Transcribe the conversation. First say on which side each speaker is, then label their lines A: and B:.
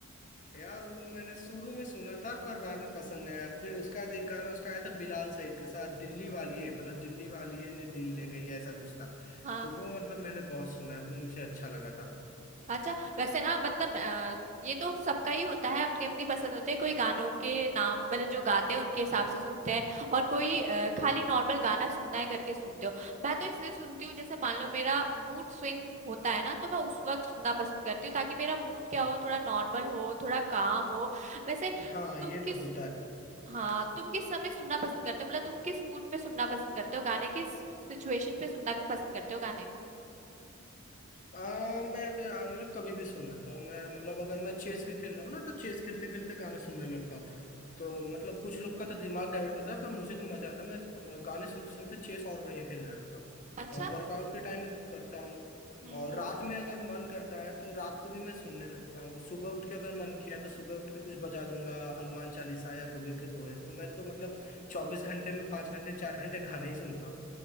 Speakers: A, on the left; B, on the right.
A: यार वो मैंने शुरू में सुना था पर बाद में पसंद नहीं आया फिर उसका एक गाना उसका आया था बिलाल सईद के साथ दिल्ली वाली है मतलब दिल्ली वाली है ने दिल ले गई ऐसा कुछ था
B: हाँ
A: तो वो मतलब मैंने बहुत सुना है वो मुझे अच्छा लगा था
B: अच्छा वैसे ना मतलब अ, ये तो सबका ही होता है अपनी अपनी पसंद होती है कोई गानों के नाम मतलब जो गाते हैं उनके हिसाब से सुनते हैं और कोई अ, खाली नॉर्मल गाना सुनना है करके सुनते हो मैं तो इसलिए सुनती हूँ जैसे मान लो मेरा मूड स्विंग होता है ना तो मैं उस वक्त सुनना पसंद करती हूँ ताकि मेरा मूड क्या हो थोड़ा नॉर्मल हो थोड़ा काम हो वैसे
A: हाँ
B: तुम
A: ये
B: किस
A: तो होता है
B: हाँ तुम किस समय सुनना पसंद करते हो मतलब तुम किस मूड पे सुनना पसंद करते हो गाने किस सिचुएशन पे सुनना पसंद करते हो गाने
A: आ, मैं तो यार मतलब कभी भी सुन लेता हूँ मैं मतलब अगर मैं चेस भी खेल रहा हूँ ना तो चेस खेलते खेलते गाने सुनने लगता हूँ तो मतलब कुछ लोग का तो दिमाग डाइवर्ट होता है पर मुझे तो मजा आता है मैं अ, गाने सुनते सुनते चेस और बढ़िया खेलने लगता हूँ
B: अच्छा
A: और वर्कआउट के टाइम करता हूँ
B: हम्म
A: और
B: हम्म
A: रात में अगर मन करता है तो रात को भी मैं सुनने लगता हूँ सुबह उठ के अगर मन किया तो सुबह उठ के कुछ बजा दूंगा हनुमान चालीसा या कबीर के दोहे तो मैं तो मतलब चौबीस घंटे में पाँच घंटे चार घंटे गाने ही सुनता